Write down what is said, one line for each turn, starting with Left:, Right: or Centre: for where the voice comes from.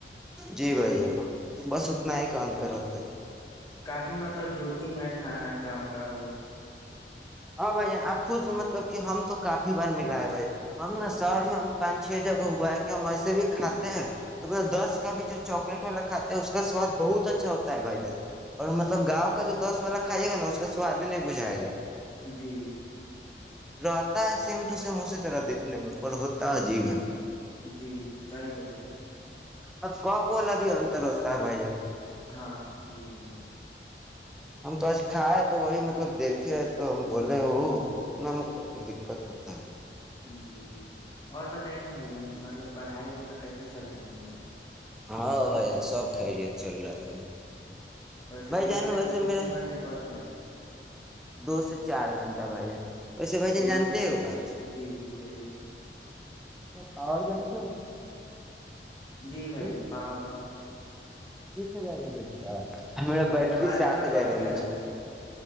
Centre: جی بھائی جی بستنا ایک اترات <inaudible>
Left: کافی مطلب جوخم ہے کھانا گاؤں کا <inaudible>
Centre: ا بھائی جان آپ خود مطلب کہ ہم تو کافی بار ملا ہے بھائی ہم نا شہر میں ہم پانچ چھ جگہ ہوا ہے کہ ہم ایسے بھی کاتے ہیں تو دس کا بھی جو چاکلیٹ والا کھا ہے اس کا سواد بہت اچھا ہوتا ہے بھائی جان اور مطلب گاؤں کا جو دس والا کھائیے گا نا اس کا سواد ہی نہیں بجھائے گا
Left: جی
Centre: ل آتا ہے سیم ٹو سیم اسے را دیکھنے میں پر ہوتا ہے جی <inaudible>
Left: جی صحی بولے ہیں
Centre: اب کپ والا بھی انتر ہوتا ہے بھائی جان
Left: ہاں جی بھائی جان
Centre: ہم تو آج کھا ہے تو وہی مطلب دیکھے تو ہم بولے وہ اتنا مطلب کہ دقت ہوتا ہے
Left: جی اور بتائیے نا بھائی جان مطلب پڑھائی اب کا کیسا چل رہا ہے بھائی جان
Centre: ہاں بھائی جان سب خیریت چل رہا ہے بھائی
Left: ویسے
Centre: بھائی
Left: دن
Centre: جان
Left: میں
Centre: ویسے
Left: آپ کتنے
Centre: میرا
Left: گھنٹے پڑھتے ہیں
Centre: دو سے چار گھنٹہ بھایی جان ویسے بھائی
Left: بولیے
Centre: جانتے ایک بات
Left: جی جی بولیے
Centre: پاور بینک ہے نا
Left: جی بھائی
Centre: <inaudible> <inaudible> ب
Left: جان پاور بھائی
Centre: ہزار ایم ایچ کا ہمارا بیٹری
Left: جی آواز
Centre: سات
Left: تھوڑا
Centre: ہزار
Left: کٹ
Centre: ایم
Left: کے
Centre: ایچ
Left: آ رہی
Centre: ک
Left: ہے